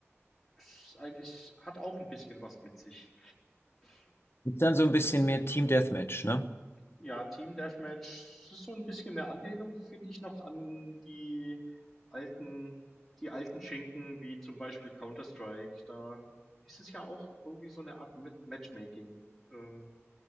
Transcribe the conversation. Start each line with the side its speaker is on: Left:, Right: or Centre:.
Centre: Ist eigentlich hat auch ein bisschen was mit sich.
Left: Ist dann so ein bisschen
Centre: Das
Left: mehr Team Deathmatch, ne?
Centre: ja, Team Deathmatch ist so ein bisschen eine Anlehnung, finde ich noch, an die alten die alten Schinken wie zum Beispiel Counter-Strike. Da ist es ja auch irgendwie so eine Art mit Matchmaking, ähm,